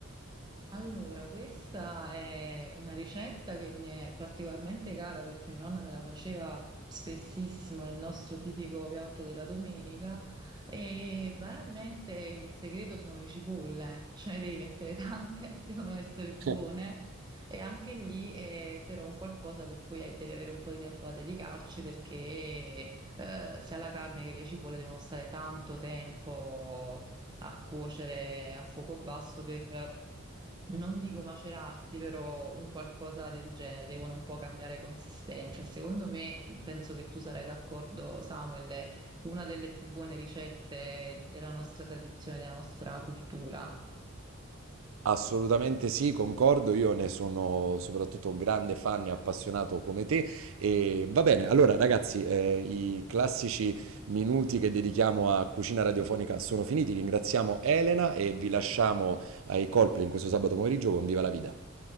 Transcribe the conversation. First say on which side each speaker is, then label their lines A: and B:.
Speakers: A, on the right; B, on the right.
A: Allora, questa è una ricetta che mi è particolarmente cara perché mia nonna me la faceva spessissimo, è il nostro tipico piatto della domenica e banalmente il segreto sono le cipolle, cioè devi mettere tante, <laughs> devono essere buone
B: <laughs> Eh,
A: e anche lì è però un qualcosa per cui hai- devi avere un po' di tempo da dedicarci perché eh, sia la carne che le cipolle devono stare tanto tempo a cuocere a fuoco basso per, non dico macerarsi, però un qualcosa del genere, devono un po' cambiare consistenza. Secondo me, penso che tu sarai d'accordo, Samuel, è una delle più buone ricette della nostra tradizione, della nostra cultura.
B: Assolutamente sì, concordo, io ne sono soprattutto grande fan e appassionato come te. E va bene, allora ragazzi, eh, i classici minuti che dedichiamo a cucina radiofonica sono finiti. Ringraziamo Elena e vi lasciamo ai colpi in questo sabato pomeriggio con Viva la Vita.